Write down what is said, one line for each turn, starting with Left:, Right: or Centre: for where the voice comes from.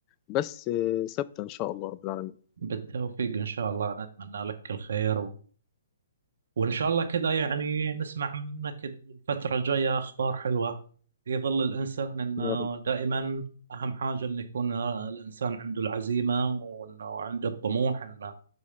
Left: بس ثابتة إن شاء الله رب العالمين
Right: بالتوفيق ان شاء الله انا اتمنى لك الخير و... وان شاء الله كذا يعني نسمع منك الفترة الجاية اخبار حلوة في ظل الانسان انه
Left: يا رب
Right: دائما اهم حاجة انه يكون الانسان عنده العزيمة وانه عنده الطموح انه